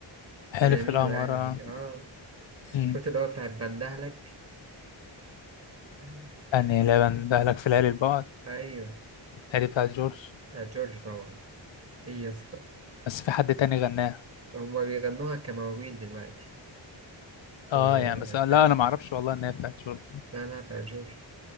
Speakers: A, on the left; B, on the right.
A: حلف
B: ويمين
A: القمر
B: وقال دي اه
A: مم.
B: شفت اللي هو بتاع بندهلك بندهلك
A: أني لا بندهلك في ليالي البعد
B: ايوه
A: هي دي بتاعت جورج
B: بتاع جورج طبعا ايه يا اسطى
A: بس في حد تاني غناها
B: هما بيغنوها كمواويل دلوقتي في
A: اه يعني بس لا
B: فاهم
A: أنا معرفش والله إن هي بتاعت جورج
B: لا لا بتاع جورج